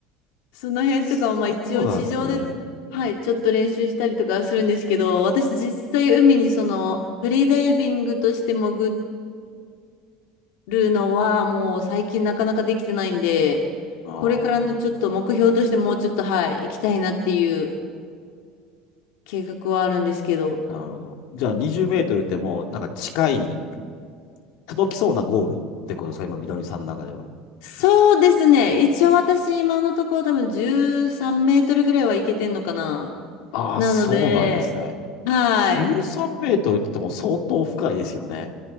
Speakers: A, on the left; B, on the left.
A: その辺とかもまあ一応地上ではいちょっと練習したりとかはするんですけど私実際海にそのフリーダイビングとして潜
B: そうなんですね。
A: るのはもう最近なかなかできてないんでこれからのちょっと目標としてもうちょっとはい行きたいなっていう
B: ああ、なるほど。
A: 計画はあるんですけど
B: なるほど。じゃあ20メートルってもうなんか近い、届きそうなゴールってことですか今、みどりさんの中では。
A: そうですね。一応私今のところ多分13メートルぐらいはいけてんのかな。
B: ああ、
A: なので、
B: そうなんですね。
A: はい。
B: 13メートルって言っても相当深いですよね。